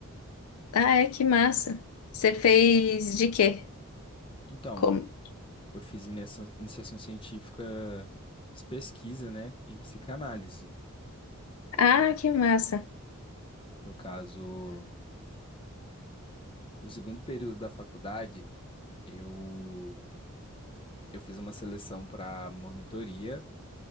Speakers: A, on the left; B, on the left.
A: Ah, é que massa. Você fez de quê?
B: Então,
A: Como?
B: eu fiz iniciação, iniciação científica, fiz pesquisa, né, em psicanálise.
A: Ah, que massa.
B: No caso, no segundo período da faculdade, eu eu fiz uma seleção para monitoria,